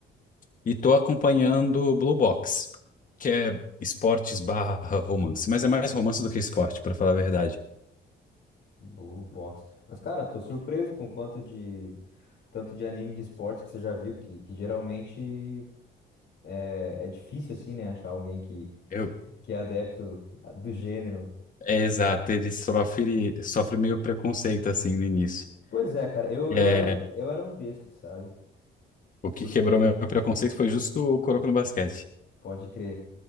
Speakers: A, on the left; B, on the left.
A: E tô acompanhando Blue Box, que é esportes barra romance, mas é mais romance do que esporte, pra falar a verdade.
B: Blue Box. Mas, cara, tô surpreso com quanto de tanto de anime de esporte que você já viu, que, que geralmente é, é difícil, assim, né, achar alguém que,
A: Eu...
B: que é adepto do gênero.
A: É exato, ele sofre, sofre meio preconceito assim no início.
B: Pois é, cara, eu,
A: É,
B: eu era um, eu era um desses, sabe?
A: o que
B: Por-
A: quebrou meu preconceito foi justo o Kuroko no Basquete.
B: pode crer.